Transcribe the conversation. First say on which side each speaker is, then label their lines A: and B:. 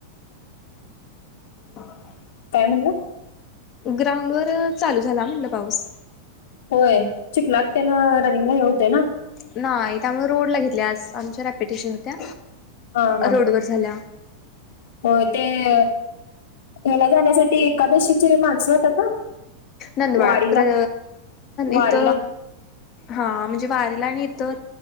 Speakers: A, on the left; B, on the left.
A: अरे वा!
B: काय म्हणालात?
A: ग्राउंड वर चालू झाला म्हटलं पाऊस.
B: होय, चिखलात त्यान रनिंगला हे होतय ना?
A: नाही त्यामुळे रोडला घेतल्या आज आमच्या रॅप्युटेशन होत्या.
B: हा हा
A: रोडवर झाल्या.
B: होय, तेय ह्याला जाण्यासाठी एकादशीची माणसं येतात ना?
A: नंदवाद
B: वारीला
A: प्रा
B: वारीला
A: इथ हा म्हणजे वारीला आणि इथं